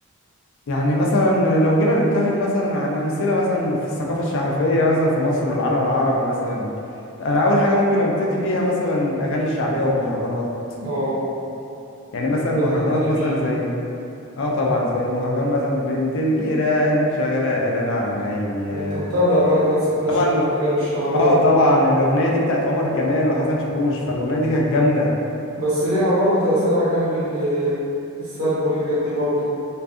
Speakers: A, on the left; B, on the right.
A: يعني مثلا لو جينا نتكلم مثلا عن أمثلة مثلا في الثقافة الشعبية مثلا في مصر والعالم العربي مثلا أنا أول حاجة ممكن أبتدي بيها مثلا الأغاني الشعبية والمهرجانات
B: اه
A: يعني مثلا المهرجانات
B: ده اللي تبتدي
A: مثلا
B: بيه
A: زي اه طبعا زي مهرجان مثلا بنت الجيران شغلة انا عينيا
B: ده أنت متابع بقى كده الثقافات الشعبية
A: طبعا لو-
B: والأغاني الشعبية
A: اه
B: وكده
A: طبعا الأغنية دي بتاعت عمر كمال وحسن شاكوش فالأغنية دي كانت جامدة
B: بس ليها برضه تأثير على الجانب ال- السلبي والحاجات دي برضه